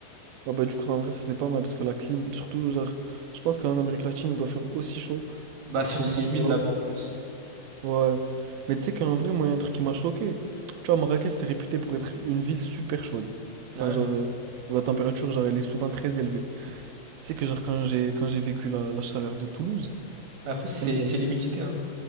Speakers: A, on the right (about 80°); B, on the right (about 65°).
A: Ouais, bah, du coup, en vrai, ça c'est pas mal parce que la clim, surtout, genre, je pense qu'en Amérique latine, il doit faire aussi chaud
B: Bah, surtout
A: qu'au
B: c'est
A: Maroc.
B: humide là-bas en plus.
A: Ouais. Mais tu sais qu'en vrai, moi, il y a un truc qui m'a choqué. Tu vois, Marrakech, c'est réputé pour être une ville super chaude. Enfin,
B: Ouais.
A: genre, euh, où la température, genre, elle est souvent très élevée. Tu sais que genre quand j'ai quand j'ai vécu la, la chaleur de Toulouse,
B: Après, c'est
A: eh mais, j'avais-
B: c'est l'humidité, hein.